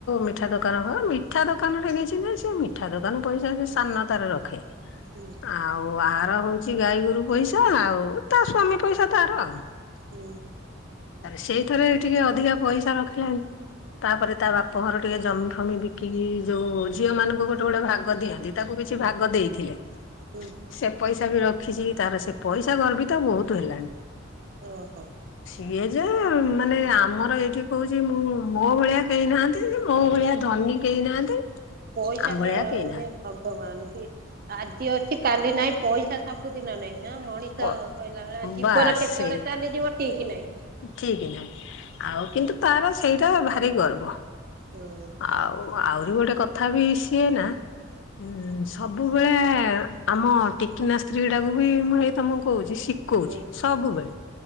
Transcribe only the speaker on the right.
ହୁଁ
ହୁଁ
ହୁଁ
ଓ ହୋ
ପଇସାଟା
ଇଏ ଭଗବାନ। ଆଜି ଅଛି କାଲି ନାଇଁ ପଇସା ସବୁଦିନ ନହିଁ। ହଁ ମଣିଷ
କହିଲା ବେଳେଆ ଜୀବନ
କେତେବେଳେ
ଚାଲିଯିବ ଠିକ କି ନାଇଁ।
ହୁଁ
ହୁଁ